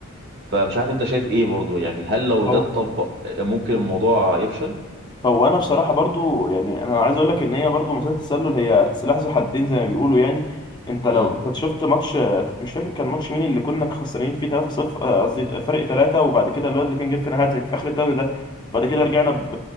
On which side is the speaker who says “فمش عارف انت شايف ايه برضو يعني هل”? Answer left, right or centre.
Right